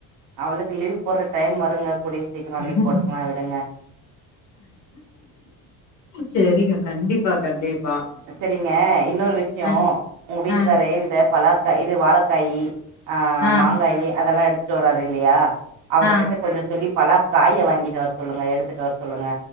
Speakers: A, on the right; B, on the left.
A: அவளுக்கு லீவ் போடுற டைம் வருங்க கூடிய சீக்கிரம்
B: <unintelligible>
A: அன்னைக்கு போட்டுக்கலா விடுங்க.
B: சரிங்க கண்டிப்பா கண்டிப்பா
A: சரிங்க இன்னொரு விஷயம்
B: அ
A: உங்க வீட்டுக்காரு
B: அ
A: இந்த பலா இது வாழைக்காய் ஆஹ்
B: அ
A: மாங்காயி அதெல்லாம் எடுத்து ஸ்டோர் இல்லையா அவர்கிட்ட
B: அ
A: கொஞ்சம் சொல்லி பலா காயை வாங்கிட்டு வர சொல்லுங்க எடுத்துட்டு வர சொல்லுங்க